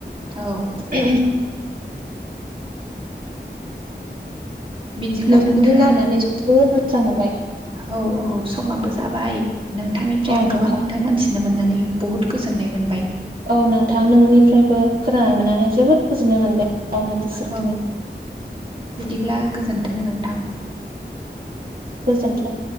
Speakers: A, on the right (about 30°); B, on the right (about 50°).
A: औ
B: <unintelligible>
A: बिदिब्ला
B: नोंसोरजों
A: नोंथां
B: लानानै जोबोद मोजां मोनबाय
A: औ औ समाबो जाबाय नोंथांनिफ्राय
B: औ
A: आं
B: नोंथां
A: गोबां खोथा मोन थि मोननानै बहुद गोजोननाय मोनबाय
B: औ नोंथां नोंनिफ्रायबो खोनानानै मोननानै जोबोद गोुजोननाय मोनदों गावनि गोसोखौनो
A: औ बिदिब्ला गोजोन्थों नोंथां
B: गोजोन्थों